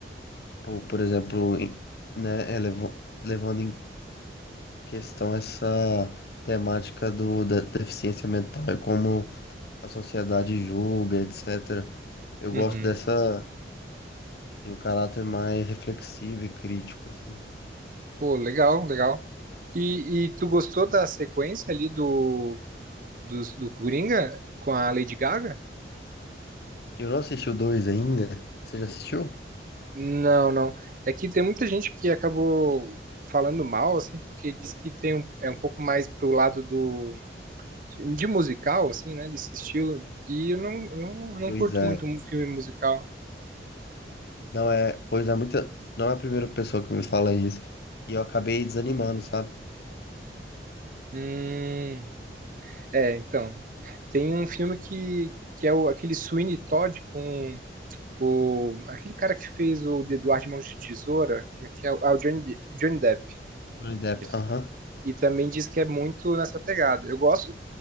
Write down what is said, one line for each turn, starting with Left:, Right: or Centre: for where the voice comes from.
Left: por, por exemplo, em- né, é, levo- levando em questão essa temática do, da deficiência mental e como a sociedade julga, etc. Eu
Right: Uhum.
Left: gosto dessa, de um caráter mais reflexivo e crítico, assim.
Right: Pô, legal, legal. E, e tu gostou da sequência ali do do, do Coringa com a Lady Gaga?
Left: Eu não assisti o 2 ainda. Você já assistiu?
Right: Não, não. É que tem muita gente que acabou falando mal, assim, porque diz que tem um, é um pouco mais pro lado do de musical, assim, né, desse estilo. E eu não, eu não
Left: Pois
Right: curto
Left: é.
Right: muito um filme musical.
Left: Não é, pois é muita, não é a primeira pessoa que me fala isso. E eu acabei desanimando, sabe?
Right: Hum, é, então, tem um filme que, que é o, aquele Sweeney Todd com o aquele cara que fez o de Eduardo de Mãos de Tesoura, como é que é? Ah, o Johnny, De- Johnny Depp.
Left: Johnny Depp.
Right: Isso.
Left: Aham.
Right: E também diz que é muito nessa pegada. Eu gosto,